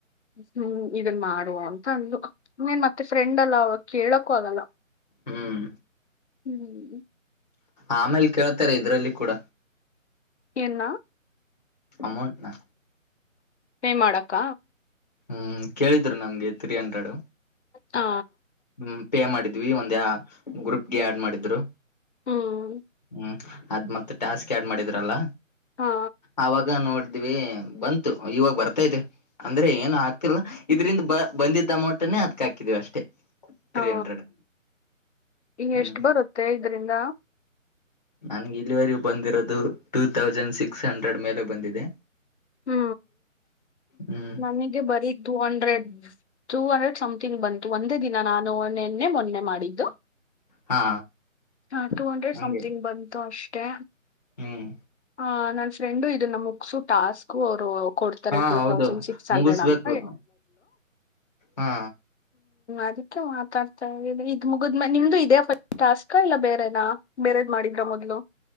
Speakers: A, on the left; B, on the left.
A: ಹ್ಮ್ ಇದನ್ ಮಾಡುವ ಅಂತ ಅಂದು ನೀನ್ ಮತ್ತೆ ಫ್ರೆಂಡ್ ಅಲ್ಲ ಅವಾಗ ಕೇಳಕ್ಕೂ ಆಲ್ಲ
B: ಹ್ಮ್
A: ಹ್ಮ್
B: ಆಮೇಲೆ ಕೇಳ್ತಾರೆ ಇದ್ರಲ್ಲಿ ಕೂಡ
A: ಎನ್ನ
B: ಅಮಲ್ ನ
A: ಹೇ ಮಾಡಕ್ಕ
B: ಹ್ಮ್ ಕೇಳಿದ್ರು ನಮ್ಗೆ ತ್ರೀ ಹಂಡ್ರೆಡ್
A: ಹಾ
B: ಹ್ಮ ಪೇ ಮಾಡಿದ್ವಿ ಒಂದ ಯ ಗ್ರೂಪ್ಗೆ ಆಡ್ ಮಾಡಿದ್ರು
A: ಹ್ಮ್
B: ಹ್ಮ್ ಅದ್ ಮತ್ತೆ ಟಾಸ್ಕ್ ಯಡ್ ಮಾಡಿದ್ರಲ್ಲ
A: ಹಾ
B: ಅವವಾಗ ನೋಡಿ ಇದವಿ ಬಂತು ಇವಾಗ ಬರ್ತಾದೆ ಅಂದ್ರೆ ಏನು ಆಗ್ತಿಲ್ಲ ಇದ್ರಂದ ಬ ಬಂದಿದ್ದಮೊಟನ ಹತ್ಕ ಹಾಕಿದೀವಿ ಅಷ್ಟೇ ತ್ರೀ
A: ಹಾ
B: ಹಂಡ್ರೆಡ್
A: ಈ
B: ಹ್ಮ್
A: ಎಷ್ಟು ಬರುತ್ತೆ ಇದ್ರಂದ
B: ನನ್ಗೆ ಇಲಿವರಿ ಬಂದಿರೋದು ಟೂ ತೌಸಂಡ್ ಸಿಕ್ಸ್ ಹಂಡ್ರೆಡ್ ಮೇಲೆ ಬಂದಿದೆ
A: ಹ್ಮ್
B: ಹ್ಮ್
A: ನನಗೆ ಬರೀ two hundred two hundred something ಬಂತು ಒಂದೇ ದಿನ ನಾನುೆನ್ನೆ ಮೊನ್ನೆ ಮಾಡಿದ್ದು
B: ಹಾ
A: ಹಾ ಟೂ ಹಂಡ್ರೆಡ್
B: ಹಂಗೆ
A: ಸಮಥಂಗ್ ಬಂತು ಅಷ್ಟೆ
B: ಹ್ಮ್
A: ಹ ನನ್ ಫ್ರೆಂಡು ಇದನ್ನ ಮುಗಸು ಟಾಸ್ಕ್ ಅವರು ಡ್ತಾರೆ
B: ಹಾ
A: ಟ
B: ಹೌದು
A: ತೌಸಂಡ್ ಸಿ ಹ್ರೆಡ್
B: ಮುಗಿಸ್ಬೇಕು
A: ಅಂತ್
B: ಹಾ
A: ಅದಕ್ಕೆ ಮಾತಾಡ್ತಾ ಇದ ಇದ್ ಮುಗ ನಿಮ್ದು ಇದೇಫ ಅಕ್ಕ ಇಲ್ಲ ಬೇರೆನಾ ಬೇರೆದ್ ಮಾಡಿದ್ರ ಮೊದ್ಲು